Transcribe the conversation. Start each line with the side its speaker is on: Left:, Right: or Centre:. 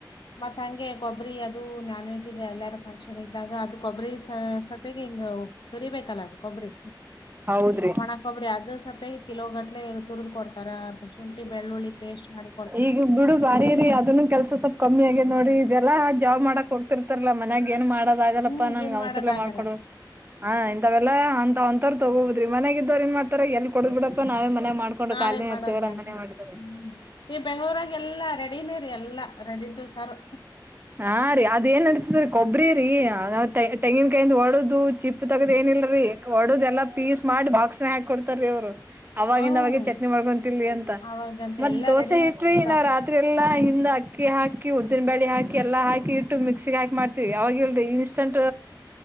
Left: ಮತ್ ಹಂಗೆ ಗೊಬ್ಬರಿ ಅದು ನಾನ್ವೆಜ್ <unintelligible> ಈಗ ಎಲ್ಲಾರ ಫಂಕ್ಷನ್ ಇದ್ದಾಗ ಅದು. ಕೊಬ್ಬರಿ ಸತೆಗೆ ಹಿಂಗ ತುರಿಬೇಕಲ್ಲ ಕೊಬ್ಬರಿ
Right: ಹೌದ್ರಿ
Left: ಒಣ ಕೊಬ್ಬರಿ ಅದ್ರ ಸತೆಗೆ ಕಿಲೋ ಗಟ್ಲೆ ತುರಿದ್ ಕೊಡ್ತ <unintelligible> ತಾ <unintelligible> ಿ ಬೆಳ್ಳಿ ಪೇಸ್ಟ್ ಮಾಡಿ
Right: ಈಗ ಬಿಡು ಬಾರಿರಿ ಅದನ್ನು ಕೆಲ್ಸ ಸ್ವಲ್ಪ್ ಕಮ್ಮಿ ಆಗೇ ನೋಡಿ ಇದೆಲ್ಲಾ ಜಾಬ್ ಮಾಡಕ್ ಹೋಗತಿರ್ತಾರಲ್ಲಾ ಮನ್ಗಿ ಏನು ಮಾಡೋದ ಆಗಲ್ಲಪ್ಪಾ
Left: ಹ್ಮ್
Right: ನನ್
Left: ಏನ್
Right: ಕೌಸಲ್ಯ
Left: ಮಾಡೋದ್ ಆಗಲ್ಲ
Right: ಮಾಡ್ಕೊಡು ಹ ಇಂಥವೆಲ್ಲಾ ಅ ಾವ ಒಂತ ತಗೋದ್ರ ಮನೆಗ ಇದ್ ಏನ್ ಮಾಡ್ತಾರ ಎಲ್ ಕೊಡ ಬಿಡಪ್ಪ ನಾವೇ ಮಾಡ್ಕೊಂಡು
Left: ನಾವೇ
Right: ಕಾಲೇ
Left: ಮಾಡೋದ್
Right: ಇರ್ತವಾರ ಅಮ್ಮನೆ
Left: ಅಂತ ಹೇಳ್
Right: ಮಾಡರು
Left: ಹ್ಮ್ ಈ ಬೆಂಗ್ಳೂರಾಗ ಎಲ್ಲಾ ರೆಡಿನೇ ರೀ ಎಲ್ಲಾ ರೇಡಿಹ್ಯತು ಸಾರು.
Right: ಹಾ ರೀ ಅದ ಏನ್ ನಡೀತಿದ್ರೀ ಕೊಬ್ಬರಿ. ತೆಂಗಿನಕಾಯಂದ ಒಡದು ಚಿಪ್ಪ <unintelligible> ತಗದ್ ಏನಿಲ್ಲಲ್ರೀ ಒಡ್ ಎಲ್ಲ ಪೀಸ್ ಸ್ಮಾರ್ ಬಾಕ್ಸ್ ನ ಹಾಕ್ ಕೊಡ್ತಾರ ರೀ ಅವರು ಅವವಾಗಿಂದ
Left: ಹ್ಮ್
Right: ಅವಾಗೆ ಚಟ್ನಿ ಮಾಡ್ಕೊಂತರ್ಲಿ ಅಂತ
Left: ಅವಾಗಂತ
Right: ಮತ್ತ್
Left: ಎಲ್ಲಾ
Right: ದೋಸೆ
Left: ಆಗಿ
Right: ಇಟ್ರಿ
Left: ಸಿಗ್ತಾವ್
Right: ನಾವ್ ರಾತ್ರಿ ಎಲ್ಲಾ ದ ಅಕ್ಕಿ ಹಾಕಿ ಉದ್ದಿನ ಬಳಿ ಹಾಕಿ ಎಲ್ಲ ಆಯತು ಇಟ್ಟು ಮಿಕ್ಸಿ ಹಾಕ್ ಮಾಡಿ ಯಾವಾಗಲ್ರಿ ಇನ್ಷ್ಟಂಟ್